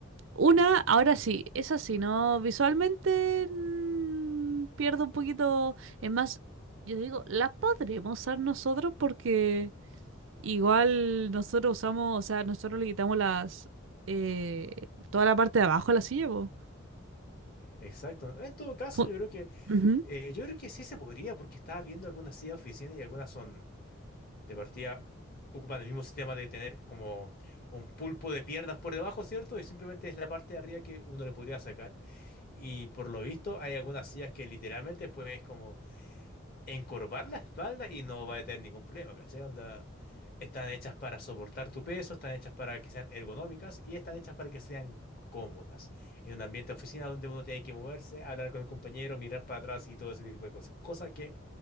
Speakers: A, on the right; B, on the left.
A: una, ahora sí, es así, ¿no? Visualmente mm, pierdo un poquito, es más, yo digo, la podremos usar nosotros porque igual nosotros usamos, o sea, nosotros le quitamos las, eh, toda la parte de abajo a la silla, po.
B: Exacto. En todo caso,
A: Pu-
B: yo creo que
A: Ujú.
B: eh, yo creo que sí se podría, porque estaba viendo algunas sillas de oficina y algunas son de partida ocupan el mismo sistema de tener como un pulpo de piernas por debajo, ¿cierto? Y simplemente es la parte de arriba que uno le podría sacar. Y por lo visto hay algunas sillas que literalmente puedes como encorvar la espalda y no va a tener ningún problema, ¿cachai? Onda, están hechas para soportar tu peso, están hechas para que sean ergonómicas y están hechas para que sean cómodas. En un ambiente de oficina donde uno tiene que moverse, hablar con el compañero, mirar para atrás y todo ese tipo de cosas. Cosa que